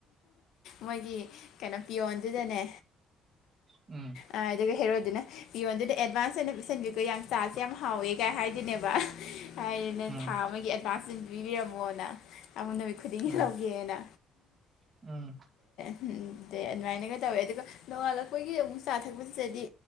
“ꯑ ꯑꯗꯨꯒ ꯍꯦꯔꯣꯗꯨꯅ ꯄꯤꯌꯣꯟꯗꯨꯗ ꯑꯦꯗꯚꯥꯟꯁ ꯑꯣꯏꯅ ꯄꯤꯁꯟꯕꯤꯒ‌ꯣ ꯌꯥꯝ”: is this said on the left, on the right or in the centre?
Left